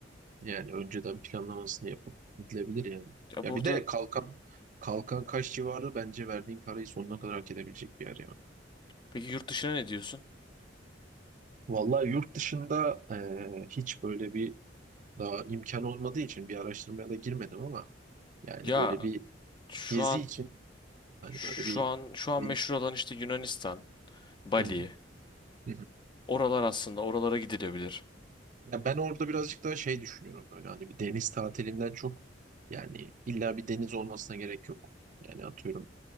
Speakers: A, on the right; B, on the left.
A: Yani önceden planlamasını yapıp gidilebilir yani.
B: Ya
A: Ya
B: burada
A: bir de Kalkan Kalkan Kaş civarı bence verdiğin parayı sonuna kadar hak edebilecek bir yer ya.
B: peki yurt dışına ne diyorsun?
A: Vallahi yurt dışında eee, hiç böyle bir daha imkan olmadığı için bir araştırmaya da girmedim ama yani
B: Ya
A: böyle bir
B: şu
A: gezi
B: an
A: için hani
B: şu
A: böyle bir,
B: an şu an
A: bir-
B: meşhur olan işte Yunanistan, Bali.
A: Hı, hı hı.
B: Oralar aslında oralara gidilebilir.
A: Ya ben orada birazcık daha şey düşünüyorum böyle hani bir deniz tatilinden çok yani illa bir deniz olmasına gerek yok. Yani atıyorum